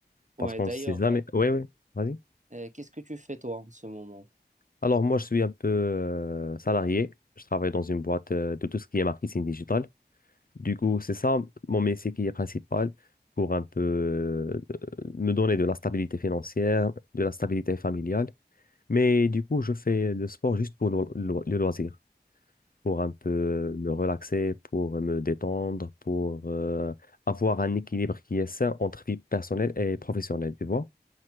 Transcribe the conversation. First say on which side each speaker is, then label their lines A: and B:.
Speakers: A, on the left; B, on the right.
A: Parce
B: Ouais,
A: qu'on
B: d'ailleurs,
A: ne sait jamais.
B: euh,
A: Oui, oui, vas-y.
B: euh, qu'est-ce que tu fais toi en ce moment?
A: Alors moi, je suis un peu euh, salarié. Je travaille dans une boîte euh, de tout ce qui est marketing digital. Du coup, c'est ça mon métier qui est principal pour un peu euh, me donner de la stabilité financière, de la stabilité familiale. Mais du coup, je fais le sport juste pour le, le- le loisir, pour un peu me relaxer, pour me détendre, pour euh, avoir un équilibre qui est sain entre vie personnelle et professionnelle, tu vois.